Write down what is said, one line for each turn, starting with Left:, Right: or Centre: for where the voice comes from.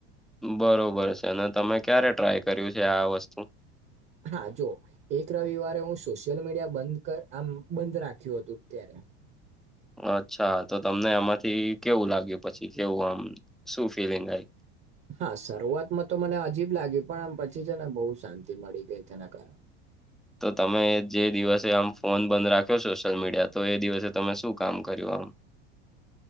Centre: બરોબર છે, અને તમે ક્યારે ટ્રાય કર્યું છે, આ વસ્તુ
Right: હા જો એક રવિવારે હું સોશિયલ મીડિયા બંધ કર આમ બંધ રાખ્યું હતું ત્યારે
Centre: અચ્છા તો તમને આમાંથી કેવું લાગ્યું પછી કેવું આમ શું ફિલિંગ આય
Right: હા શરૂઆતમાં તો મને અજીબ લાગી પણ આમ પછી છે, ને બોવ શાંતિ મળી ગઈ તેના કાર
Centre: તો તમે જે દિવસે આમ ફોન બંધ રાખ્યો સોશિયલ મીડિયા તો એ દિવસે તમે શું કામ કર્યું આમ